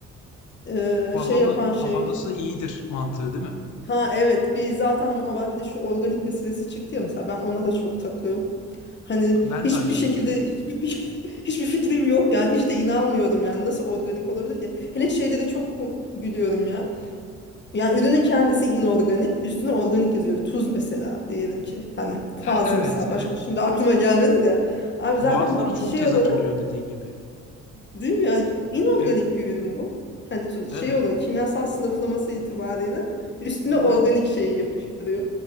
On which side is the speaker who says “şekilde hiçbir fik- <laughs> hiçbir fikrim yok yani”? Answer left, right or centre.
Left